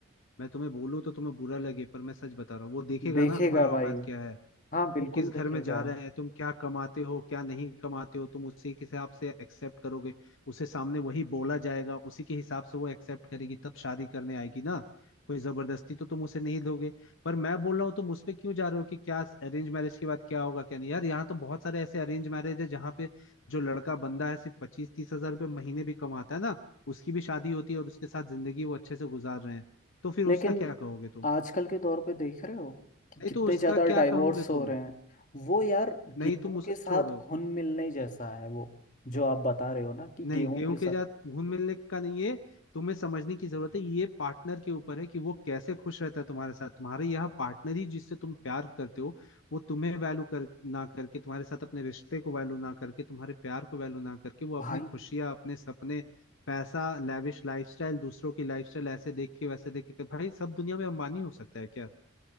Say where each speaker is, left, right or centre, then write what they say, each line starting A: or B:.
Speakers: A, on the left; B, on the left.
A: मैं तुम्हें बोलूँ तो तुम्हें बुरा लगे पर मैं सच बता रहा हूँ वो देखेगा
B: देखेगा
A: ना तुम्हारा
B: भाई
A: औकात क्या है
B: हाँ बिल्कुल
A: वो किस घर
B: देखेगा
A: में जा रहा है तुम क्या कमाते हो क्या नहीं कमाते हो तुम उसी के हिसाब से एक्सेप्ट करोगे उसे सामने वही बोला जाएगा उसी के हिसाब से वो एक्सेप्ट करेगी तब शादी करने आएगी ना कोई जबरदस्ती तो तुम उसे नहीं दोगे पर मैं बोल रहा हूँ तुम उस पे क्यों जा रहे हो कि क्या अरेंज मैरिज के बाद क्या होगा क्या नहीं यार यहाँ तो बहुत सारे ऐसे अरेंज मैरिज है जहाँ पे जो लड़का बंदा है सिर्फ पच्चीस तीस हजार रुपये महीने भी कमाता है ना उसकी भी शादी होती है और उसके साथ जिंदगी वो अच्छे से गुजार रहे हैं तो फिर उसका
B: लेकिन
A: क्या कहोगे तुम
B: आजकल के दौर पे देख रहे हो कि
A: नहीं
B: कितने
A: तो उसका
B: ज़्यादा
A: क्या
B: डाइवोर्स
A: कहोगे
B: हो
A: तुम
B: रहे हैं वो यार गेहूं
A: नहीं तुम उसको
B: के साथ
A: छोड़ो
B: घुल मिलने जैसा है वो जो आप बता रहे हो ना कि
A: नहीं
B: गेहूं
A: गेहूं
B: के
A: के
B: साथ
A: साथ घुल मिलने का नहीं है तुम्हें समझने की जरूरत है ये पार्टनर के ऊपर है कि वो कैसे खुश रहता है तुम्हारे साथ तुम्हारे यहाँ पार्टनर ही जिससे तुम प्यार करते हो वो तुम्हें वैल्यू कर ना करके तुम्हारे साथ अपने रिश्ते को वैल्यू ना करके तुम्हारे प्यार को वैल्यू ना करके वो अपनी
B: भाई
A: खुशियाँ अपने सपने पैसा लैविश लाइफस्टाइल दूसरों की लाइफस्टाइल ऐसे देख के वैसे देख के भाई सब दुनिया में अंबानी हो सकता है क्या